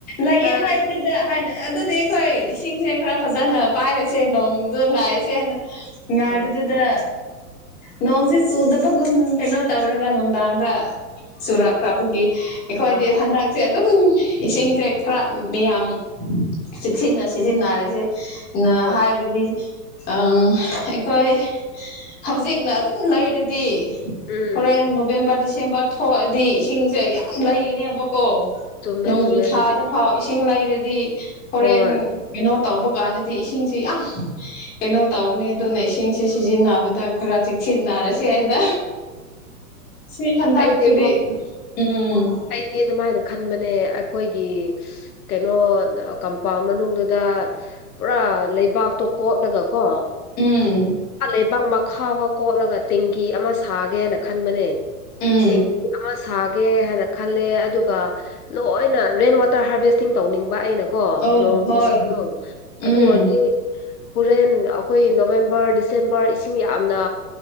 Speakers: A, on the left (about 20°); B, on the left (about 65°).
A: ꯂꯩꯌꯦ
B: ꯑꯥ
A: ꯍꯥꯏꯕꯗꯨꯗ ꯍꯥꯏꯅ ꯑꯗꯨꯗꯤ ꯑꯩꯈꯣꯏ ꯏꯁꯤꯡꯁꯦ ꯈꯔ ꯐꯖꯅ ꯄꯥꯏꯔꯁꯦ ꯅꯣꯡꯗꯨ ꯉꯥꯏꯔꯁꯦꯅ ꯉꯥꯏꯕꯗꯨꯗ
B: ꯑꯥ
A: ꯅꯣꯡꯁꯦ ꯆꯨꯗꯕꯒꯨꯝ ꯀꯩꯅꯣ ꯇꯧꯔꯒ ꯅꯨꯡꯗꯥꯡꯗ ꯁꯨꯔꯛꯈ꯭ꯔꯕꯨꯒꯤ
B: ꯎꯝ
A: ꯑꯩꯈꯣꯏꯗꯤ
B: ꯑꯥ
A: ꯍꯟꯗꯛ ꯁꯦ ꯑꯗꯨꯝ ꯏꯁꯤꯡꯁꯦ ꯈꯔ ꯃꯤꯌꯥꯝ ꯆꯦꯛꯁꯤꯟꯅ ꯁꯤꯖꯤꯟꯅꯔꯁꯦ
B: ꯍꯣꯏ
A: ꯍꯥꯏꯕꯗꯤ ꯑꯪ ꯑꯩꯈꯣꯏ ꯍꯧꯖꯤꯛꯅ ꯑꯗꯨꯝ ꯂꯩꯔꯗꯤ
B: ꯎꯝ
A: ꯍꯣꯔꯦꯟ ꯅꯣꯕꯦꯝꯕꯔ ꯗꯤꯁꯦꯝꯕꯔ ꯊꯣꯛꯑꯗꯤ ꯏꯁꯤꯡꯁꯦ ꯌꯥꯝ ꯂꯩꯒꯅꯦꯕꯀꯣ
B: ꯆꯨꯝꯃꯦ
A: ꯅꯣꯡꯖꯨ
B: ꯆꯨꯝꯃꯦ
A: ꯊꯥꯗ
B: ꯍꯧꯖꯤꯛ
A: ꯐꯥꯎ ꯏꯁꯤꯡ ꯂꯩꯔꯗꯤ ꯍꯣꯔꯦꯟ
B: ꯍꯣꯏ
A: ꯀꯩꯅꯣ ꯇꯧꯕ ꯀꯥꯟꯗꯗꯤ ꯏꯁꯤꯡꯁꯤ ꯌꯥꯝ ꯀꯩꯅꯣ ꯇꯧꯕꯅꯦ ꯑꯗꯨꯅ ꯏꯁꯤꯡꯁꯦ ꯁꯤꯖꯤꯟꯅꯕꯗ ꯈꯔ ꯆꯦꯛꯁꯤꯟꯅꯔꯁꯦ ꯍꯥꯏꯅ ꯁꯤ ꯍꯟꯗꯛꯇꯤꯗꯤ
B: ꯑꯩꯗꯤ
A: ꯎꯝ
B: ꯑꯩꯗꯤ ꯑꯗꯨꯃꯥꯏꯅ ꯈꯟꯕꯅꯦ ꯑꯩꯈꯣꯏꯒꯤ ꯀꯩꯅꯣ ꯀꯝꯄꯥꯎꯟ ꯃꯅꯨꯡꯗꯨꯗ ꯄꯨꯔꯥ ꯂꯩꯕꯥꯛꯇꯣ ꯀꯣꯠꯂꯒ ꯀꯣ
A: ꯎꯝ
B: ꯂꯩꯕꯥꯛ ꯃꯈꯥꯐꯥꯎ ꯀꯣꯠꯂꯒ ꯇꯦꯡꯀꯤ ꯑꯃ ꯁꯥꯒꯦꯅ ꯈꯟꯕꯅꯦ
A: ꯎꯝ
B: ꯇꯦꯡꯀꯤ ꯑꯃ ꯁꯥꯒꯦ ꯍꯥꯏꯅ ꯈꯜꯂꯦ ꯑꯗꯨꯒ ꯂꯣꯏꯅ ꯔꯦꯟ ꯋꯥꯇꯔ ꯍꯥꯔꯚꯦꯁꯇꯤꯡ ꯇꯧꯅꯤꯡꯕ ꯑꯩꯅ ꯀꯣ
A: ꯑꯧ
B: ꯅꯣꯡ
A: ꯍꯣꯏ
B: ꯏꯁꯤꯡꯗꯣ ꯑꯗꯨ
A: ꯎꯝ
B: ꯑꯣꯏꯔꯗꯤ ꯍꯨꯔꯦꯟ ꯑꯩꯈꯣꯏ ꯅꯣꯕꯦꯝꯕꯔ ꯗꯤꯁꯦꯝꯕꯔ ꯏꯁꯤꯡ ꯌꯥꯝꯅ